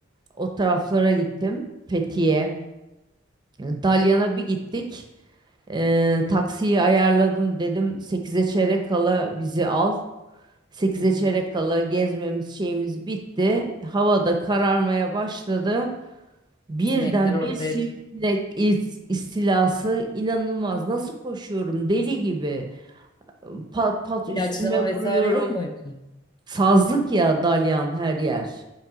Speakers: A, on the right; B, on the left.
A: o taraflara gittim. Fethiye, e, Dalyan'a bir gittik. E, taksiyi ayarladım dedim sekize çeyrek kala bizi al. 8'e
B: hı
A: çeyrek
B: hı.
A: kala gezmemiz şeyimiz bitti. Havada kararmaya başladı. Birden
B: Sinekler ortaya
A: bir sivrisinek
B: çıktı.
A: is- istilası inanılmaz. Nasıl koşuyorum deli gibi. Pat pat
B: İlaçlama
A: üstüme vuruyorum.
B: vesaire yok muydu?
A: Sazlık ya dalyan her yer.